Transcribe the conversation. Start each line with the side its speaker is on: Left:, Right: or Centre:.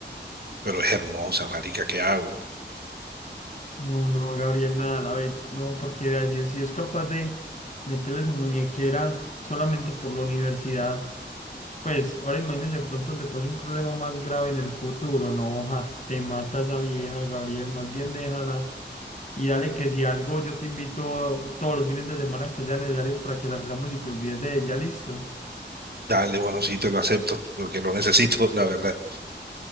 Right: Pero es hermosa, marica, ¿qué hago?
Left: No, no, Gabriel, nada, la ve, no, porque así, si es capaz de meterle su muñequera solamente por la universidad, pues ahora imagínese de pronto donde pase un problema más grave en el futuro, no, ja, te mata esa vieja, Gabriel, más bien déjala y dale que si algo yo te invito todos los fines de semana que sean necesarios para que salgamos y te olvides de ella, listo.
Right: Dale, bueno, sí, te lo acepto, porque lo necesito, <laughs> la verdad.